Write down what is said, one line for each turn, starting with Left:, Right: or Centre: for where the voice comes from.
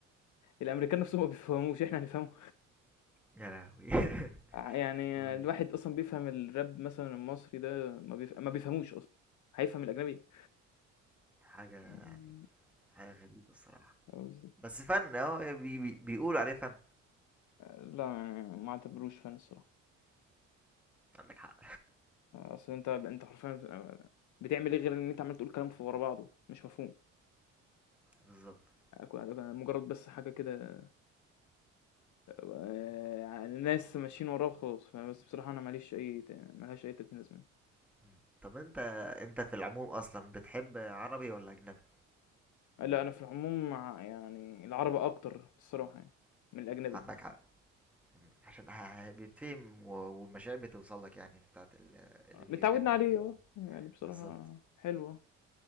Left: الأمريكان نَفْسهم ما بيفهموش، إحنا هنفهمهم.
Centre: يا لهوي
Left: ع- يعني
Centre: <laughs> وين
Left: الواحد أصلًا بيفهم الراب مثلًا المصري ده ما بيف ما بيفهموش أصلًا، هيفهم الأجنبي؟
Centre: حاجة
Left: إمم.
Centre: حاجة غريبة الصراحة
Left: قصدي
Centre: بس فن اهو بي بي بيقولوا عليه فن
Left: لأ، يعني ما اعتبروش فن الصراحة،
Centre: عندك حق
Left: أصل أنت أنت حرفيًا بتبقى بتعمل إيه غير إن أنت عمّال تقول كلام ف ورا بعضه مش مفهوم،
Centre: بالظبط
Left: ك مجرد بس حاجة كده آآ، ناس ماشيين وراه وخلاص، فبس بصراحة أنا ما ليش أي ت ما لهاش أي 30 لازمة.
Centre: مم. طب انت انت في العموم اصلا بتحب عربي ولا اجنبي
Left: لأ، أنا في العموم مع يعني العربي أكتر الصراحة يعني من الأجنبي،
Centre: عندك حق مم. عشان ه- ه- بيتفهم و- والمشاعر بتوصل لك يعني بتاعت ال- اللي بيغني
Left: متعودنا عليه
Centre: اللي
Left: آه، يعني بصراحة
Centre: بالظبط
Left: حلو آه.